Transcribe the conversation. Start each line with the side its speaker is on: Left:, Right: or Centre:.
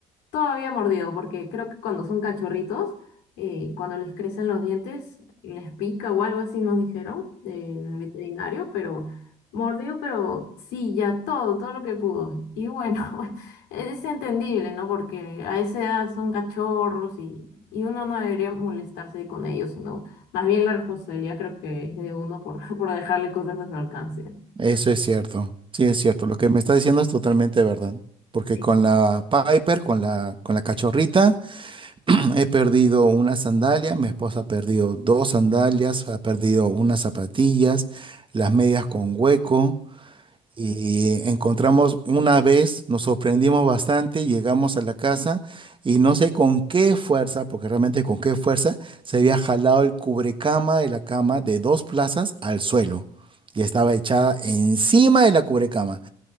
Left: Todavía mordido, porque creo que cuando son cachorritos, eh, cuando les crecen los dientes, les pica o algo así nos dijeron eh, en el veterinario, pero mordió, pero sí, ya todo, todo lo que pudo. Y bueno, <laughs> es entendible, ¿no? Porque a esa edad son cachorros y, y uno no debería molestarse con ellos, sino más bien la responsabilidad creo que es de uno por, <laughs> por dejarle cosas a su alcance.
Right: Eso es cierto, sí es cierto. Lo que me está diciendo es totalmente verdad. Porque
Left: Sí.
Right: con la Piper, con la, con la cachorrita, <clears throat> he perdido una sandalia, mi esposa ha perdido dos sandalias, ha perdido unas zapatillas, las medias con hueco. Y encontramos una vez, nos sorprendimos bastante, llegamos a la casa y no sé con qué fuerza, porque realmente con qué fuerza, se había jalado el cubrecama de la cama de dos plazas al suelo y estaba echada encima de la cubrecama.